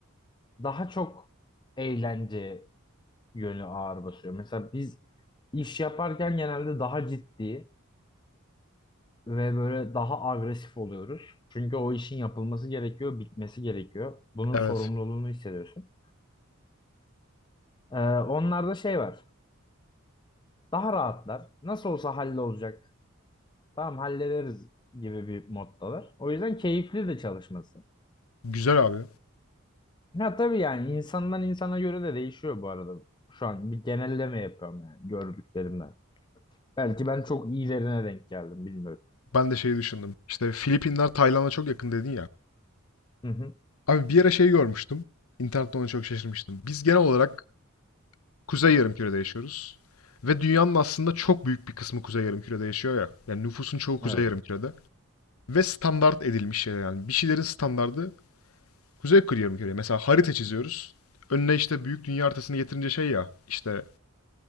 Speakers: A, on the left; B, on the left.
A: Daha çok eğlence yönü ağır basıyor. Mesela biz iş yaparken genelde daha ciddi ve böyle daha agresif oluyoruz. Çünkü o işin yapılması gerekiyor, bitmesi gerekiyor. Bunun
B: Evet.
A: sorumluluğunu hissediyorsun. Ee, onlarda şey var. Daha rahatlar. Nasıl olsa hallolacak. Tamam hallederiz gibi bir moddalar. O yüzden keyifli de çalışması.
B: Güzel abi.
A: Ha tabii yani insandan insana göre de değişiyor bu arada. Şu an bir genelleme yapıyorum yani gördüklerimden. Belki ben çok iyilerine denk geldim bilmiyorum.
B: Ben de şeyi düşündüm. İşte Filipinler Tayland'a çok yakın dedin ya.
A: Hı hı.
B: Abi bir ara şey görmüştüm. İnternette ona çok şaşırmıştım. Biz genel olarak Kuzey Yarımküre'de yaşıyoruz. Ve dünyanın aslında çok büyük bir kısmı Kuzey Yarımküre'de yaşıyor ya. Yani nüfusun çoğu Kuzey
A: Evet.
B: Yarımküre'de. ve standart edilmiş şeyler yani. Bir şeylerin standardı Kuzey Kırıya mı Mesela harita çiziyoruz. Önüne işte büyük dünya haritasını getirince şey ya işte